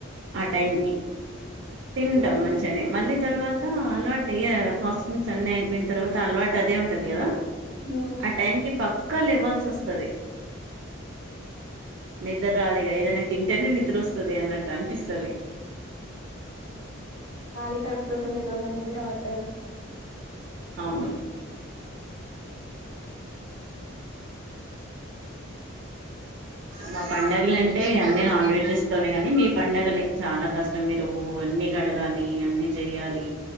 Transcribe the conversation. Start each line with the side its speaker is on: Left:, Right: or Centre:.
Right: ఆ
Left: ఉమ్
Right: టైంకి తింటాం మంచిగానే మళ్ళీ తర్వాత అలవాటు అయే ఫాస్టింగ్స్ అన్ని అయిపోయిన తర్వాత అలవాటు అదే ఉంటాది కదా
Left: ఉమ్
Right: ఆ టైం కి పక్క లేవల్సి వస్తాది నిద్ర రాదు ఇక ఏదన్నా తింటేనే నిద్ర వస్తుది అన్నట్టు అనిపిస్తాది
Left: కాళీ కడుపుతొటి ఉంటే తొందరగా నిద్ర పట్టదు
Right: అవును మా పండుగలు అంటే అన్నీ నాన్ వెజెస్ తోనే కానీ మీ పండగలే చాలా కష్టం మీరు అన్ని కడగాలి అన్ని చెయాలి